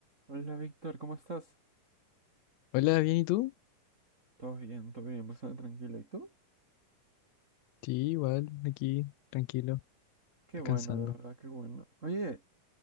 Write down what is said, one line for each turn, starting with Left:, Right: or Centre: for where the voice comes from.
Right: Hola Víctor, ¿cómo estás?
Left: Hola, ¿bien y tú?
Right: Todo bien, todo bien, bastante tranquilo. ¿Y tú?
Left: Sí, igual, aquí, tranquilo,
Right: Qué
Left: descansando.
Right: bueno, de verdad, qué bueno. Oye,